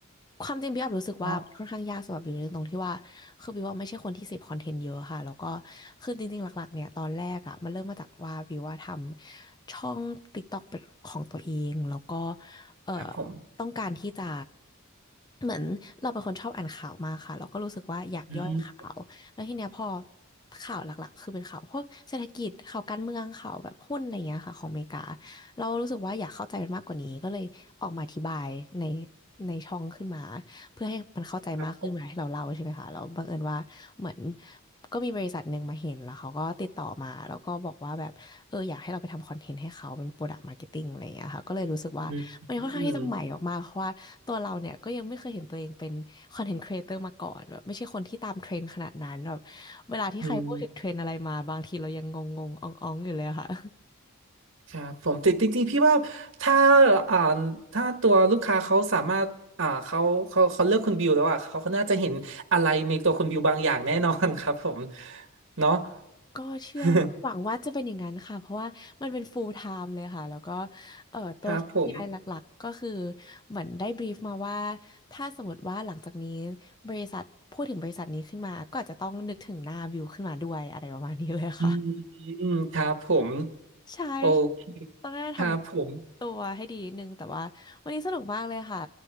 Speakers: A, on the left (about 20°); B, on the right (about 65°).
A: ความจริงพี่อับรู้สึกว่ามันค่อนข้างยากสำหรับบิวในตรงที่ว่าคือบิวว่าไม่ใช่คนที่เสพคอนเทนต์เยอะค่ะแล้วก็
B: อ๋อ
A: คือจริงๆหลักๆเนี่ยตอนแรกอ่ะมันเริ่มมาจากว่าบิวว่าทำช่อง TikTok เป็นของตัวเองแล้วก็เอ่อ
B: ครับผม
A: ต้องการที่จะเหมือนเราเป็นคนชอบอ่านข่าวมากค่ะแล้วก็รู้สึกว่าอยากย่อยข่าวแล้วทีเนี้ยพอ
B: อืม
A: ข่าวหลักๆคือเป็นข่าวพวกเศรษฐกิจข่าวการเมืองข่าวแบบหุ้นอะไรเงี้ยค่ะของอเมริกา เรารู้สึกว่าอยากเข้าใจมันมากกว่านี้ก็เลยออกมาอธิบายในในช่องขึ้นมาเพื่อให้มันเข้าใจมากขึ้นเวลาที่เราเล่าใช่ไหมคะแล้วบังเอิญว่าเหมือน
B: ครับ
A: ก็มีบริษัทหนึ่งมาเห็นแล้วเขาก็ติดต่อมาแล้วก็บอกว่าแบบเอออยากให้เราไปทำคอนเทนต์ให้เขาเป็นโปรดักต์มาร์เก็ตติ้งอะไรอย่างเงี้ยค่ะก็เลยรู้สึกว่ามันค่อนข้างที่จะใหม่มากๆเพราะว่าตัวเราเนี่ยก็ยังไม่เคยเห็นตัวเองเป็นคอนเทนต์ครีเอเตอร์มาก่อนแบบไม่ใช่คนที่ตามเทรนด์ขนาดนั้นแบบ
B: อืมอืม
A: เวลาที่ใครพูดถึงเทรนด์อะไรมาบางทีเรายังงงๆอ่องๆอยู่เลยอะค่ะ
B: อืมครับผมแต่จริงๆพี่ว่าถ้าอ่าถ้าตัวลูกค้าเขาสามารถอ่าเขาเขาเขาเลือกคุณบิวแล้วอ่ะเขาเขาน่าจะเห็นอะไรในตัวคุณบิวบางอย่างแน่นอน <laughs> ครับผมเนาะ
A: ก็เชื่อว่าหวังว่าจะเป็นอย่างนั้นค่ะเพราะว่ามันเป็น
B: <laughs>
A: full time เลยค่ะแล้วก็เอ่อตัว
B: ครับผม
A: k ไ i หลักๆก็คือเหมือนได้บรีฟมาว่าถ้าสมมติว่าหลังจากนี้บริษัทพูดถึงบริษัทนี้ขึ้นมาก็อาจจะต้องนึกถึงหน้าบิวขึ้นมาด้วยอะไรประมาณนี้เลยค่ะ
B: อืมครับผม
A: ใช่
B: โอเค
A: ต้องได้ทำตัวให้ดีนิดนึงแต่ว่าวันนี้สนุกมากเลยค่ะ
B: ครับผม